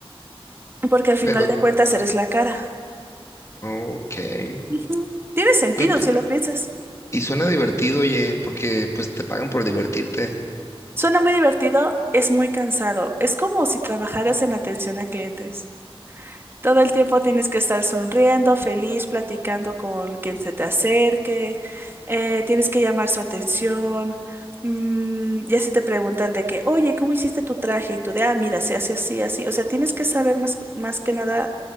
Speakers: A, on the right; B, on the left.
A: Porque al final
B: Pero,
A: de cuentas eres la cara.
B: ok. Oye,
A: Ujú. Tiene sentido
B: pues,
A: si lo piensas.
B: Y suena divertido, oye, porque pues te pagan por divertirte.
A: Suena muy divertido, es muy cansado. Es como si trabajaras en atención a clientes. Todo el tiempo tienes que estar sonriendo, feliz, platicando con quien se te acerque, eh, tienes que llamar su atención. Mm, y así te preguntan de que, oye, ¿cómo hiciste tu traje? Y tú de, ah, mira, se hace así, así. O sea, tienes que saber más, más que nada,